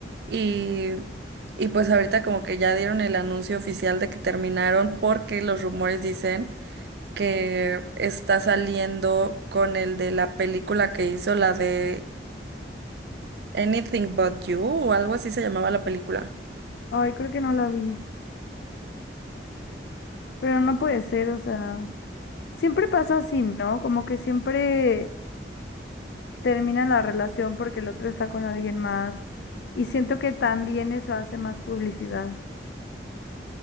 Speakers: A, on the right; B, on the left.
A: y, y pues ahorita como que ya dieron el anuncio oficial de que terminaron porque los rumores dicen que está saliendo con el de la película que hizo, la de Anything But You o algo así se llamaba la película.
B: Ay, creo que no la vi. Pero no puede ser, o sea, siempre pasa así, ¿no? Como que siempre terminan la relación porque el otro está con alguien más. Y siento que también eso hace más publicidad.